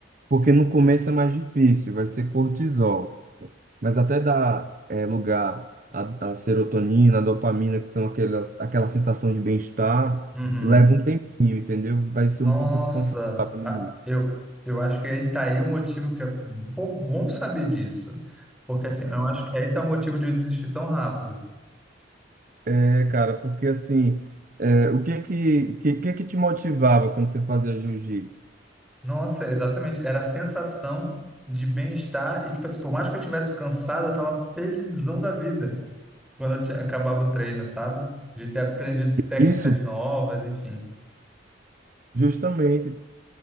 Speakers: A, on the right (about 45°); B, in the centre.
A: Porque no começo é mais difícil, vai ser cortisol. Mas até dar eh, lugar à, à serotonina, à dopamina, que são aquelas, aquela sensação de bem-estar,
B: Uhum.
A: leva um tempinho, entendeu? Vai ser
B: Nossa,
A: um pouco desconfortável no
B: ah,
A: início.
B: eu, eu acho que aí tá aí o motivo que é bo- bom saber disso. Porque assim, eu acho que aí tá o motivo de eu desistir tão rápido.
A: É, cara, porque assim, é, o que é que, que que é que te motivava quando você fazia jiu-jitsu?
B: Nossa, é exatamente. Era a sensação de bem-estar e, tipo assim, por mais que eu estivesse cansado, eu tava felizão da vida quando eu tinha- acabava o treino, sabe? De ter aprendido técnicas
A: Isso,
B: novas, enfim.
A: justamente.